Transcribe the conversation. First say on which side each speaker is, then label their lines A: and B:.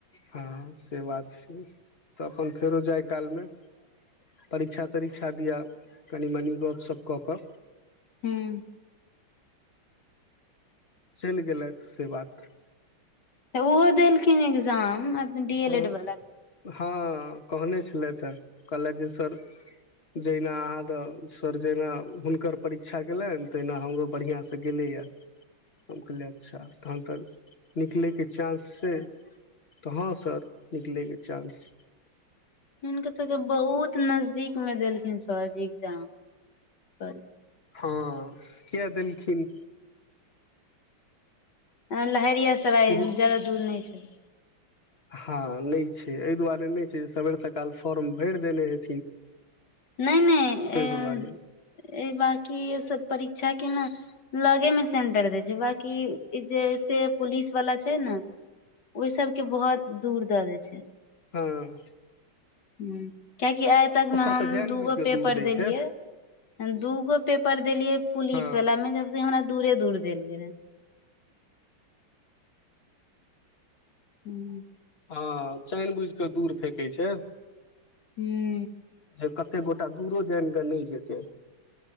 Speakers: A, on the left; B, on the left.
A: हँ से बात छै तऽ अपन फेरो जाइ कालमे परीक्षा तरीक्षा दिया कनी मनी गपशप कऽ कऽ
B: हूं
A: चलि गेलैथि से बात।
B: त ओहो देलखिन exam D L
A: O
B: Ed वाला
A: हँ कहने छलथि है कहलथि जे सर जहिना अहाँ द सर जहिना हुनकर परीक्षा गेलनि तहिना हमरो बढ़ियां स गेलैयै। <inaudible> हम कहलियै अच्छा तहन तऽ निकलयके चांस छै, तऽ हं सर निकलयके चान्स
B: हुनकर सबकेे बहुत नजदीक में देलखिन सरजी एग्जाम <unintelligible>
A: हँ कियै देलखिन?
B: अं लहेरियासराय
A: शुरू
B: जादा दूर नै छै।
A: हां नै छै एहि दुआरे नहि छै जे सवेर सकाल फॉर्म भरि देने हेत
B: नै नै
A: ताहि
B: ए
A: दुआरे
B: अ ए बाकियो सब परीक्षा के न लगे मे सेंटर देै छै बाकी ई जे एते पुलिस वाला छै ने ओइ सबके बहोत दूर दऽ दय छै
A: हूं
B: हूं कियैकि आइ तकमे
A: ओकर
B: हम
A: तऽ जानि
B: दूगो
A: बुझि कऽ
B: पेपर
A: दूर दै
B: देलियै
A: छै
B: दूगो पेपर देलिये पुलिस
A: हँ
B: वला में जब से हमरा दूरे दूर देल गेलै। हूं
A: हँ चानि बुझ केऽ दूर फेेकै छै।
B: हूं
A: जे कत्ते गोटा दूरो जाइन कऽ नैय जेतै।